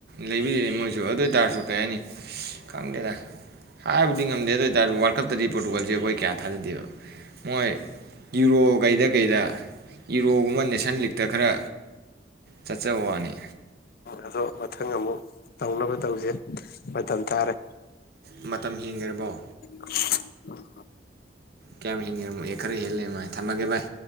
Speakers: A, on the right; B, on the left.
A: ꯂꯩꯕꯤ ꯃꯣꯏꯁꯨ ꯑꯗꯨ ꯑꯣꯏ ꯇꯔꯁꯨ ꯀꯩ ꯍꯥꯏꯅꯤ ꯈꯪꯗꯦꯗ ꯍꯥꯏꯕꯨꯗꯤ ꯉ ꯗꯦ ꯗꯨꯑꯣꯏ ꯇꯔꯁꯨ ꯋꯥꯔꯜ ꯀꯞ ꯇꯗꯤ ꯄꯣꯔꯇꯨꯒꯜ ꯍꯧꯖꯤꯛ ꯑꯩꯈꯣꯏ ꯀꯌꯥ ꯊꯥꯖꯗꯦꯕ ꯃꯣꯏ ꯌꯨꯔꯣ ꯀꯩꯗ ꯀꯩꯗ ꯌꯨꯔꯣꯒꯨꯝꯕ ꯅꯦꯁꯟ ꯂꯤꯛꯇ ꯈꯔ ꯆꯠꯆ ꯋꯥꯅꯤ
B: ꯑꯗꯣ ꯃꯊꯪ ꯑꯃꯨꯛ ꯇꯧꯅꯕ ꯇꯧꯁꯦ ꯃꯇꯝ ꯇꯥꯔꯦ
A: ꯃꯇꯝ ꯍꯦꯟꯒꯔꯕꯣ
B: <unintelligible>
A: ꯀꯌꯥꯝ ꯍꯦꯟꯈꯔ꯭ ꯕꯅꯣ ꯑꯦ ꯈꯔ ꯍꯦꯟ ꯂꯩꯔꯝꯃꯦ ꯊꯝꯃꯒꯦ ꯚꯥꯏ